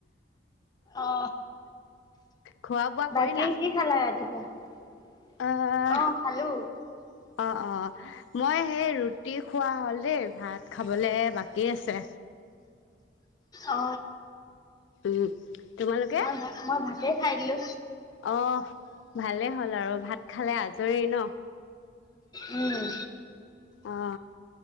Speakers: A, on the left (about 20°); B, on the left (about 85°).
A: অ
B: খোৱা বোৱা
A: বাকী
B: কৰিলা
A: কি খালা ৰাতিপুৱা
B: আহ
A: অ খালো
B: অ অ মই সেই ৰুটি খোৱা হ'ল দেই ভাত খাবলে বাকী আছে
A: অ
B: উম তোমালোকে
A: মই ভা মই ভতেই খাই দিলো
B: অ ভালেই হ'ল আৰু ভাত খালে আজৰি ন
A: উম
B: অ